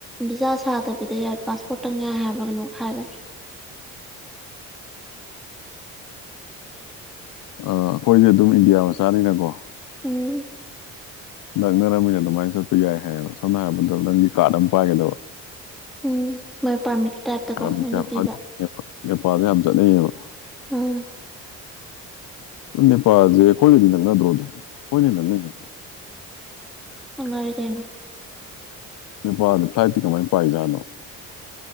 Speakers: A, in the centre; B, on the left.
A: ꯚꯤꯖꯥ ꯁꯥꯗꯕꯤꯗ ꯌꯥꯏ ꯄꯥꯁꯄꯣꯔꯠꯇꯪ ꯌꯥꯏ ꯍꯥꯏꯔꯒꯅꯨ ꯍꯥꯏꯕꯅꯤ
B: ꯑ ꯑꯩꯈꯣꯏꯁꯦ ꯑꯗꯨꯝ ꯏꯟꯗꯤꯌꯥ ꯃꯆꯥꯅꯤꯅꯀꯣ
A: ꯎꯝ
B: ꯅꯛꯅꯔꯝꯃꯤꯅ ꯑꯗꯨꯃꯥꯏꯅ ꯆꯠꯄ ꯌꯥꯏ ꯍꯥꯏꯌꯦꯕ ꯁꯣꯝꯅ ꯍꯥꯏꯔꯕꯗ ꯅꯪꯒꯤ ꯀꯥꯔꯗ ꯑꯃ ꯄꯥꯏꯒꯗꯕ
A: ꯎꯝ ꯃꯣꯏ ꯄꯥꯔꯃꯤꯠꯀꯤ ꯇꯥꯏꯞꯇꯀꯣ
B: ꯪꯨꯝꯕ
A: ꯃꯣꯏꯅ ꯄꯤꯕ
B: ꯅꯦꯄꯥꯜꯗ ꯌꯥꯝ ꯆꯠꯅꯩꯌꯦꯕ
A: ꯑꯥ
B: ꯅꯦꯄꯥꯜꯁꯦ ꯑꯩꯈꯣꯏꯒꯗꯤ ꯅꯛꯅꯗ꯭ꯔꯣ ꯑꯗꯨꯝ ꯑꯩꯈꯣꯏꯅ ꯅꯪꯅꯩ ꯅꯠꯇ꯭ꯔꯣ
A: ꯅꯨꯡꯉꯥꯏꯔꯦ ꯀꯥꯏꯩꯅꯣ
B: ꯄꯥ ꯑꯗꯨ ꯄꯥꯔꯇꯤꯀ ꯃꯥ ꯄꯥꯏꯖ ꯑꯗꯨꯣ